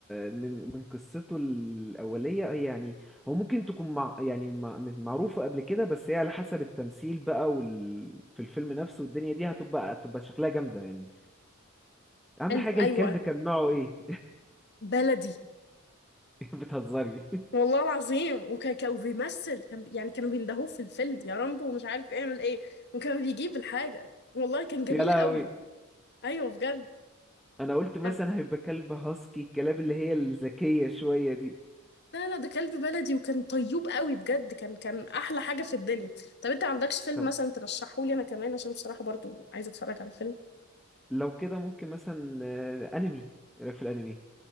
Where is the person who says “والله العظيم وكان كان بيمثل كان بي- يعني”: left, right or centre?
Left